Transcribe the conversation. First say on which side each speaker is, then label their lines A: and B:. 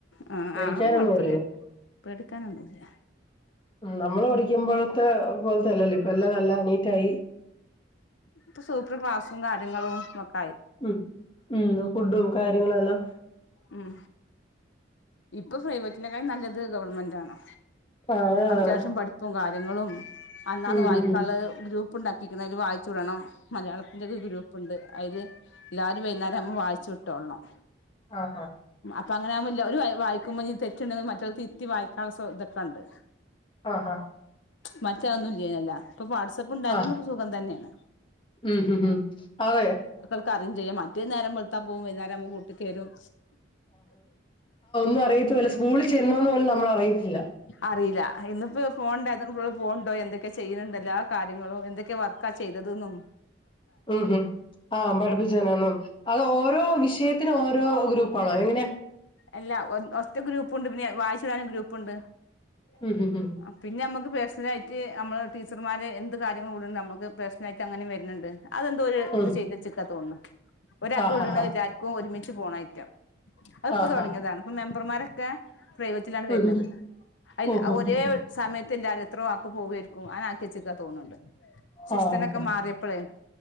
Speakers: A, on the left (about 75°); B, on the left (about 25°).
A: ആ
B: പടിക്കാനൊന്നുംല്ലല്ലോ
A: ആ അത് കൊഴപ്പില്ലല്ലോ പേടിക്കാനൊന്നുമില്ല
B: നമ്മള്
A: ഉം
B: പഠിക്കുമ്പോഴത്തെ പോലത്തെല്ലല്ലോ ഇപ്പ ള്ളനല്ല നീറ്റായി
A: ഇപ്പ സൂപ്പർ ക്ലാസ്സും കാര്യങ്ങളും മക്ക
B: ഉം ഉം ഫുഡും കാര്യങ്ങളു എല്ലാം
A: ഉം ഇപ്പൊ പ്രൈവറ്റിനെക്കാളും നല്ലത് ഗവൺമെന്റ് ആണ്.
B: ആഹ്
A: അത്യാവശ്യം
B: അതെ
A: പഠിപ്പും കാ ര്യങ്ങളും അന്നാന്ന്
B: ഉം
A: വായക്കാല്ലത്
B: ഹ് ഹ്
A: ഗ്രൂ പ്പ് ഇണ്ടാക്കിക് ണ് അതിൽ വായിച്ചു വിടണം മലയാളത്തിന്റെര് ഗ്രൂപ്പുണ്ട് അതില് എല്ലാരും വൈകുന്നേരാവുമ്പം വായിച്ച് വിട്ടോളണം
B: ആഹ് ആഹ്
A: അപ്പ അങ്ങനാവുമ്പം ഇല്ല ഒരു വായിക്കുമ്പോ ഇഞ് തെറ്റുണ്ടെങ്കിൽ മറ്റൊല് തിരുത്തി വായിക്കാനുള്ള തൊക്കെ ണ്ട്
B: ആഹ
A: മറ്റ അഒന്നും ഇല്ലേന്യ ല്ലോ ഇപ്പ വാട്സപ്പ് ഉണ്ടായതോണ്ട്
B: ആഹ്
A: ക്കെ സുഖം തന്നെയാണ്
B: ഉം ഹു ഹും അതെ
A: ക്കറിയും ചെയ്യാ മറ്റത് നേരം വെൾത്താ പോവും വൈന്നാ രാവുമ്പം കൂട്ടിക്കെരും
B: ന്നും അറിയത്തുല്ല സ്കൂളിൽ ചെന്നോന്ന് പോലും നമ്മളറിയത്തില്ല
A: അറിയില്ല ഇന്നിപ്പോ ഫോൺ ഉണ്ടായതോണ്ട് കുട്ട്യേള് പോവ്ണ്ടോ <unintelligible> എന്തൊക്കെ ചെയ്യുന്നുണ്ട് എല്ലാ കാര്യങ്ങളും എന്തൊക്കെ വർക്കാ ചെയ്തത് ന്നും
B: ഉം ഹും ആ പഠിപ്പിച്ചേ എന്നാന്നും അത് ഓരോ വിഷയത്തിനും ഓരോ ഗ്രൂപ്പാണോ എങ്ങനയാ
A: അല്ലാ ഒറ്റ ഗ്രൂപ്പൂണ്ട് പിന്നെ വായിച്ചു വിടാന് ഒരു ഗ്രൂപ്പുണ്ട്
B: ഉം ഹ് ഹ്
A: ആ പിന്നെ ഞമ്മക്ക് പഴ്സണലയിട്ട് നമ്മള് ടീച്ചർമാരെ എ ന്ത് കാര്യങ്ങൾ വിട്ണ്ട് നമുക്ക് പെർസണലായിട്ട് അങ്ങനെ വരുന്ണ്ട് അതെന്തോ ഒര്
B: ഉം
A: ഇത് ചെയ്തച്ചക്കാ തോന്നുണ് ഒരാൾക്ക്
B: ആഹ്
A: വിടണ
B: ഹ ഹ
A: എല്ലാവർക്കും ഒരുമിച്ച് ച്ച് പോണയ് റ്റ അ ഇപ്പ
B: ആഹ്
A: തുടങ്ങിയതാണ്
B: ഹ
A: ഇപ്പ മെമ്പർമാര ക്കെ പ്രൈവറ്റിലാണ് വര്നത്
B: ഉം ഹ്
A: അല്ല
B: ഓഹ്
A: ഒരേ
B: ഹോ
A: സമയ അത്തില്ലാരും എത്രോ ആക്ക് പോവുകമായിരിക്കും അയന്നെല്ലത് ച്ചക്കാ തോന്നുന്നുണ്ട് ശിസ്റ്റനൊക്കെ
B: ഹോ ഹോ
A: മാറിയപ്പോളേ